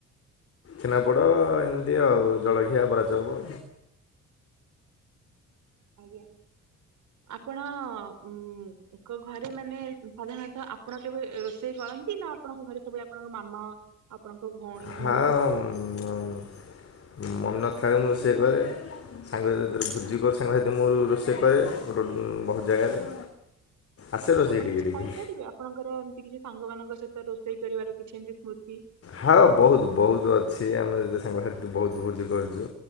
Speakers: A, on the left; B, on the right.
A: ଛେନାପୋଡୋ ଏମିତି ଆଉ ଜଳଖିଆ ବରା ଚପ୍।
B: ଆଜ୍ଞା। ଆପଣ ଉଁ ଏକ ଘରେ ମାନେ ସାଧାରଣତଃ ଆପଣ କେବେ ରୋଷେଇ କ କରନ୍ତି ନା ଆପଣଙ୍କ ଘରେ ସବୁବେଳେ ଆପଣଙ୍କ ମାମା ଆପଣଙ୍କ ଭଉଣୀ
A: ହାଁ
B: ଏମାନେ ହିଁ ରୋଷେଇ
A: ଅମ୍
B: କରନ୍ତି
A: ମନ ଥାଏ ମୁଁ ରୋଷେଇ କରେ ସାଙ୍ଗସାଥିରେ ଭୋଜି କରୁ ସାଙ୍ଗସାଥି ମୁଁ ରୋଷେଇ କରେ ଗୋ ଉଁ ବୋହୁତ ଜାଗାରେ। ଆସେ ରୋଷେଇ
B: ଆପଣ
A: ଟିକେ
B: କିଛି
A: ଟିକେ
B: କହିପାରିବେ ଆପଣଙ୍କର ଏମିତି କିଛି ସାଙ୍ଗ ମାନଙ୍କ ସହିତ ରୋଷେଇ କରିବାର କିଛି ଏମିତି ସ୍ମୃତି।
A: ହଁ ବୋହୁତ ବୋହୁତ ଅଛି ଆମେ ଯଦି ସାଙ୍ଗ ସାଥି ବୋହୁତ ଭୋଜି କରିଚୁ।